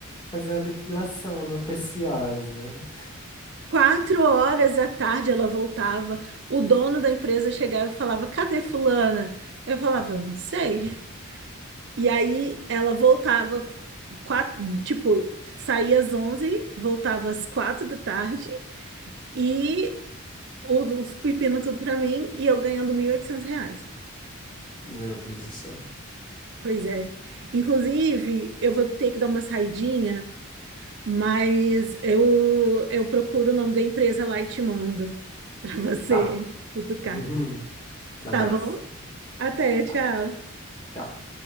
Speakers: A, on the left; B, on the right.
A: fazer uma depilação na preciosa.
B: Quatro horas da tarde ela voltava, o dono da empresa chegava e falava, cadê fulana? Eu falava, eu não sei. E aí ela voltava quatro, tipo, saía às 11 voltava às 4 da tarde e o- os pepinos tudo pra mim e eu ganhando 1.800 reais.
A: Meu Deus do céu.
B: Pois é. Inclusive, eu vou ter que dar uma saidinha, mas eu, eu procuro o nome da empresa lá e te mando pra você
A: Tá.
B: <laughs> cutucar,
A: <laughs> Até
B: tá
A: mais.
B: bom? Até, tchau.
A: Tá. Tchau.